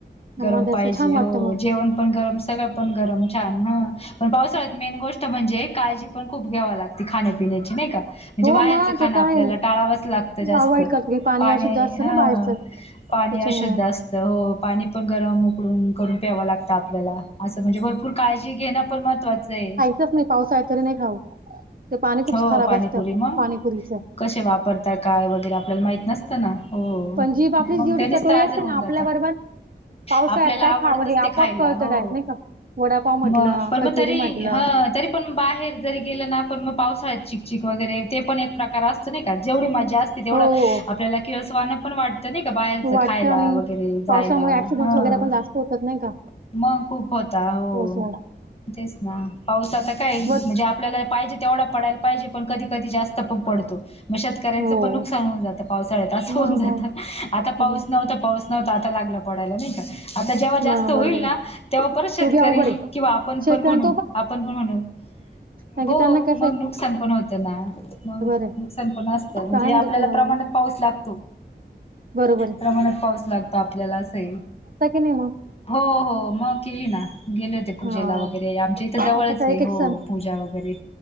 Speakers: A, on the right; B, on the left.
A: मग
B: गरम
A: त्याचं
B: पाहिजे
A: छान वाटतं
B: हो
A: मग
B: जेवण पण गरम, सगळं पण गरम, छान ह पण पावसाळ्यात मेन गोष्ट. म्हणजे काळजी पण खूप घ्यावा लागती खाण्यापिण्याची नाही का? म्हणजे
A: हो
B: बाहेरचं
A: मग ते
B: खाण
A: तर
B: आपल्याला
A: आहे
B: टाळावंच लागतं जास्त
A: अवॉइड करतो की
B: पाणी
A: अशुद्ध असतं
B: ह
A: ना बाहेरचं
B: पाणी
A: त्याच्यामुळे
B: अशुद्ध असतं हो पाणी पण गरम उकळून करून प्यावं लागतं आपल्याला. असं म्हणजे भरपूर काळजी घेणं पण महत्त्वाचं आहे.
A: तस नाही पावसा तरी नाही खाऊ ते पाणी खूप
B: हो
A: खराब
B: पाणीपुरी
A: असतं
B: मग
A: पाणीपुरीचा.
B: कसे वापरता काय वगैरे आपल्याला माहित नसतं ना. हो
A: पण जीभ आपलीच
B: नाही मग
A: जेवढी
B: त्यानीच
A: चटोरी
B: तर आजार
A: असते
B: होऊन
A: ना आपल्याबरोबर.
B: जाता
A: पावसाळ्यात
B: आपल्याला
A: काय
B: आवडतच
A: खावं हे,
B: ते
A: आपोआप
B: खायला
A: कळत
B: हो.
A: <unintelligible> नाही का. वडापाव म्हटलं,
B: मग पण
A: कचोरी
B: मग तरी
A: म्हटलं
B: ह तरी पण बाहेर जरी गेलं ना पण म पावसाळ्यात चिकचिक वगैरे ते पण एक प्रकार असतं नाही का जेवढी मा जास्त तेवढं,
A: हो.
B: आपल्याला किळस वान पण वाट ते नाही का, बाहेरच
A: वाटतं
B: खायला
A: आणि
B: वगैरे
A: पावसामुळे
B: जायला
A: ऍक्सिडेंट्स
B: हं.
A: वगैरे पण जास्त होतात नाही का?
B: म खूप होता हो.
A: पावसाळ्यात.
B: तेच ना पाऊसाता काय
A: बट
B: म्हणजे आपल्याला पाहिजे तेवढा पडायला पाहिजे पण कधी-कधी जास्त पण पडतो. म शेतकऱ्यांचं
A: हो.
B: पण नुकसान होऊन जातं पावसाळ्यात असं
A: मग
B: होऊन जाता
A: मग.
B: आता
A: हं.
B: पाऊस नव्हता पाऊस नव्हतं आता लागलं पडायला नाही का. आता जेव्हा जास्त
A: मग
B: होईल
A: बरोबर
B: ना
A: आहे.
B: तेव्हा परत शेतकरी
A: तो बी अवघड आहे.
B: किंवा आपण
A: शेतकऱ्यांना
B: पण म्हणू आपण पण म्हणू
A: अगे
B: हो
A: त्यांना क
B: मग नुकसान पण होतं ना. मग
A: आहे.
B: नुकसान पण असतं म्हणजे,
A: काय म्हणते
B: आपल्याला
A: तुम्हाला
B: प्रमाणात
A: मी?
B: पाऊस लागतो.
A: बरोबर आहे.
B: प्रमाणात पाऊस लागतो, आपल्याला असे ये.
A: नी म
B: हो हो. मग केली ना गेलेत. पूजेला
A: हां.
B: वगैरे आमच्या इथं, जवळच
A: आता काय एक
B: ये
A: एक
B: हो
A: सण
B: पूजा वगैरे.